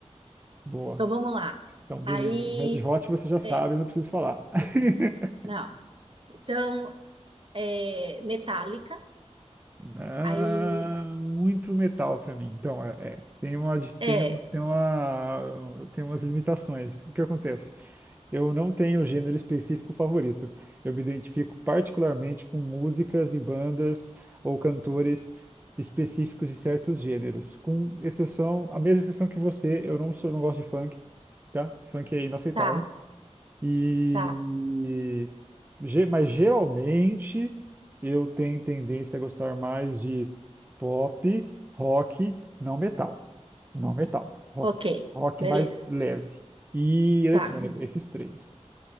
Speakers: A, on the right (about 15°); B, on the right (about 45°).
A: Boa.
B: Então vamos lá.
A: Então, beleza.
B: Aí,
A: Red Hot você já sabe,
B: é,
A: eu não preciso falar. <laughs>
B: não. Então, é, metálica.
A: Ah,
B: Aí,
A: muito metal pra mim. Então, é, é, tem uma, di- tem,
B: é,
A: tem uma, tem umas limitações. O que acontece? Eu não tenho gênero específico favorito. Eu me identifico particularmente com músicas e bandas ou cantores específicos de certos gêneros. Com exceção, a mesma exceção que você, eu não sou, não gosto de funk, tá? Funk é inaceitável.
B: tá,
A: E
B: tá,
A: ge- mas geralmente eu tenho tendência a gostar mais de pop, rock, não metal. Não metal, rock.
B: ok,
A: Rock
B: beleza,
A: mais leve. E eletrônica,
B: tá,
A: esses três.